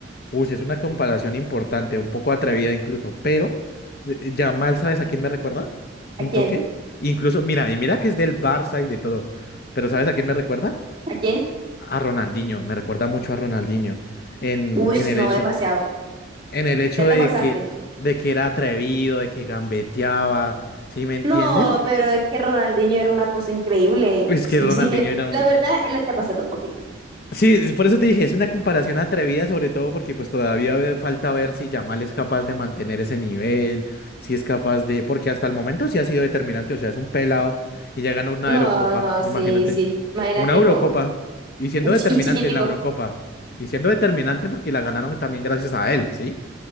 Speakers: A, on the left; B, on the right.
A: Uy, sí, es una comparación importante, un poco atrevida incluso, pero eh, ya mal ¿sabes a quién me recuerda?
B: ¿A
A: ¿Un
B: quién?
A: toque? Incluso, mira, y mira que es del Barça y de todo, pero ¿sabes a quién me recuerda?
B: ¿A quién?
A: A Ronaldinho, me recuerda mucho a Ronaldinho en,
B: Uy,
A: en el
B: no,
A: hecho,
B: demasiado.
A: en el hecho
B: Ya te
A: de
B: pasaste.
A: que, de que era atrevido, de que gambeteaba, ¿sí me entiendes?
B: No, pero es que Ronaldinho era una cosa increíble.
A: Es
B: Sí,
A: que Ronaldinho
B: sí que,
A: era
B: la verdad, le te pasaste un poquito.
A: Sí, por eso te dije, es una comparación atrevida, sobre todo porque pues todavía ve- falta ver si Yamal es capaz de mantener ese nivel, si es capaz de, porque hasta el momento sí ha sido determinante, o sea, es un pelado y ya ganó una
B: No,
A: Eurocopa,
B: no,
A: imagínate,
B: sí, sí. Imagínate
A: una Eurocopa
B: con
A: y siendo
B: ch-
A: determinante
B: y chiquitico.
A: en la Eurocopa y siendo determinante porque la ganaron también gracias a él, ¿sí?